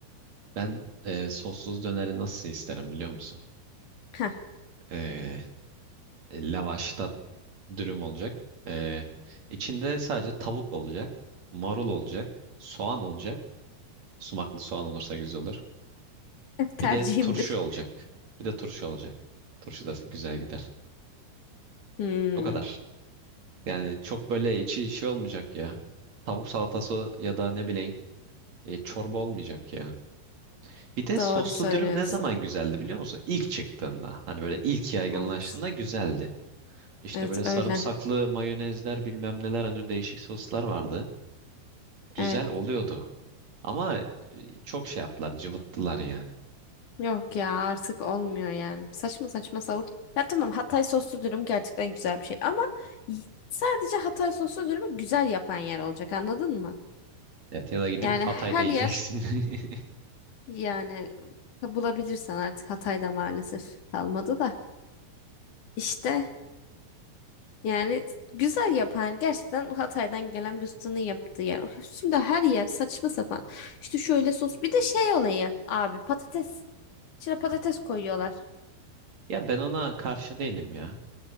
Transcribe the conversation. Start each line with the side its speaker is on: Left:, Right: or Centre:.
Right: ben e, sossuz döneri nasıl isterim biliyor musun?
Left: Heh,
Right: E, lavaşta dürüm olacak. E, içinde sadece tavuk olacak, marul olacak, soğan olacak. Sumaklı soğan olursa güzel olur.
Left: <laughs> tercihimdir.
Right: Bir de turşu olacak. Bir de turşu olacak. Turşu da güzel gider.
Left: Hmm,
Right: O kadar. Yani çok böyle içi şey olmayacak ya. Tavuk salatası ya da ne bileyim e, çorba olmayacak ya. Bir de
Left: doğru
Right: soslu
Left: söylüyorsun.
Right: dürüm ne zaman güzeldi biliyor musun? İlk çıktığında. Hani böyle ilk yaygınlaştığında
Left: Evet.
Right: güzeldi. İşte
Left: Evet
Right: böyle sarımsaklı
Left: öyle.
Right: mayonezler bilmem neler hani değişik soslar vardı. Güzel
Left: Evet.
Right: oluyordu. Ama e, çok şey yaptılar, cıvıttılar yani.
Left: Yok ya artık olmuyor yani. Saçma saçma savuk. Ya tamam Hatay soslu dürüm gerçekten güzel bir şey ama y- sadece Hatay soslu dürümü güzel yapan yer olacak anladın mı?
Right: Evet ya da gidip
Left: Yani
Right: Hatay'da
Left: her
Right: yiyeceksin.
Left: yer
Right: <laughs>
Left: yani bulabilirsen artık Hatay'da maalesef kalmadı da. İşte yani güzel yapan gerçekten Hatay'dan gelen bir ustanın yaptığı yer. Şimdi her yer saçma sapan. İşte şöyle sos bir de şey olayı abi patates. İçine patates koyuyorlar.
Right: Ya ben ona karşı değilim ya.